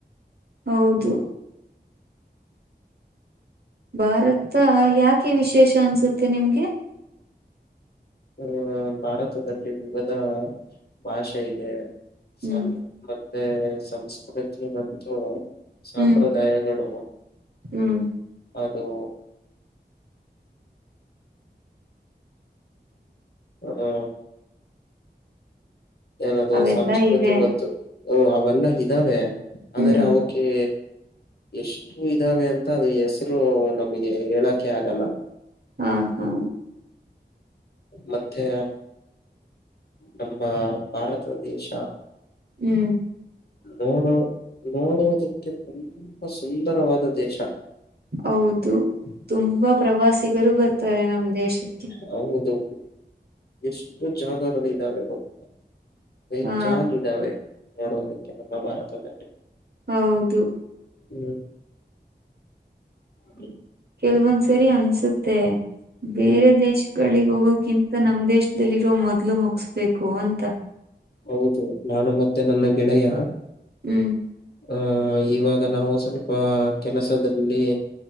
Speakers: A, on the right; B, on the left.
A: ಹೌದು ಭಾರತ ಯಾಕೆ ವಿಶೇಷ ಅನ್ಸುತ್ತೆ ನಿಮ್ಗೆ.
B: ಆ ಭಾರತದಲ್ಲಿ ವಿವಿಧ ಭಾಷೆ ಇದೆ ಸ್ವ
A: ಹ್ಮ್
B: ಮತ್ತೆ ಸಂಸ್ಕೃತಿ ಮತ್ತು ಸಂಪ್ರದಾಯಗಳು
A: ಹ್ಮ್
B: ಇವೆ.
A: ಹ್ಮ್
B: ಅದು ಅದು ಏನದು
A: ಅವೆಲ್ಲಾ
B: ಸಂಸ್ಕೃತಿ
A: ಇದೆ
B: ಮತ್ತು ಓ ಅವೆಲ್ಲ ಇದ್ದಾವೆ ಆದರೆ
A: ಹ್ಮ್
B: ಅವು. ಕ್ಕೆ ಎಷ್ಟು ಇದಾವೆ ಅಂತ ಹೆಸರು ನಮಗೆ ಹೇಳಕೆ ಆಗಲ್ಲ.
A: ಹಾ ಹಾ
B: ಮತ್ತೆ ನಮ್ಮ ಭಾರತ ದೇಶ.
A: ಹ್ಮ್
B: ನೋಡೋ ನೋಡುವುದಕ್ಕೆ ತುಂಬಾ ಸುಂದರವಾದ ದೇಶ.
A: ಹೌದು ತುಂಬಾ ಪ್ರವಾಸಿಗರು ಬರ್ತಾರೆ ನಮ್ಮ ದೇಶಕ್ಕೆ.
B: ಹೌದು ಎಷ್ಟು ಜಾಗಗಳಿದ್ದಾವೆ ಗೊತ್ತಾ. ಬೇಜಾನ್
A: ಹಾ
B: ಇದಾವೆ ನೋಡೋದಕ್ಕೆ ನಮ್ಮ ಭಾರತದಲ್ಲಿ.
A: ಹೌದು
B: ಹ್ಮ್ ಹ್ಮ
A: ಕೆಲವೊಂದು ಸರಿ ಅನ್ಸುತ್ತೆ ಬೇರೆ
B: ಹ್ಮ್
A: ದೇಶಗಳಿಗೆ ಹೋಗೋಕಿಂತ ನಮ್ ದೇಶ ಗಲಿಜ ಮೊದಲು ಮುಗುಸ್ಬೇಕು ಅಂತ.
B: ಹೌದು ನಾನು ಮತ್ತೆ ನನ್ನ ಗೆಳೆಯ.
A: ಹ್ಮ್
B: ಹ ಇವಾಗ ನಾವು ಸ್ವಲ್ಪ ಕೆಲಸದಲ್ಲಿ